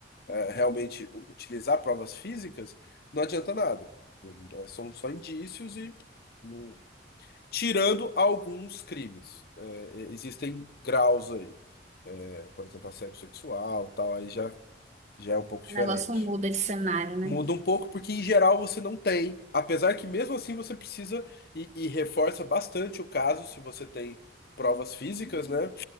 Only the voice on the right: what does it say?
O negócio muda de cenário, né?